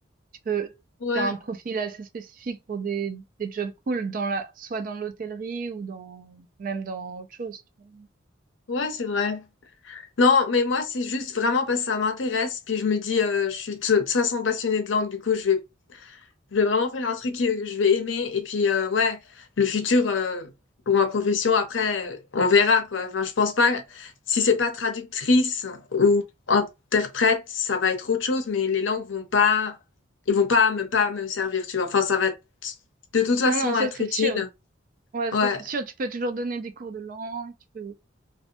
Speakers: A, on the right (about 40°); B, on the left (about 65°).
A: tu peux,
B: ouais,
A: t'as un profil assez spécifique pour des, des jobs cool dans la, soit dans l'hôtellerie ou dans, même dans autre chose, tu vois.
B: ouais, c'est vrai. Non, mais moi, c'est juste vraiment parce que ça m'intéresse. Puis je me dis, euh, je suis de toute façon passionnée de langue, du coup, je vais Je vais vraiment faire un truc que que je vais aimer. Et puis, euh, ouais, le futur, euh, pour ma profession, après, on verra, quoi. Enfin, je pense pas, si c'est pas traductrice ou interprète, ça va être autre chose, mais les langues vont pas, ils vont pas me, pas me servir, tu vois. Enfin, ça va être- de toute façon
A: Ah non, ça
B: être
A: c'est
B: utile.
A: sûr. Ouais,
B: Ouais,
A: ça c'est sûr. Tu peux toujours donner des cours de langue, tu peux,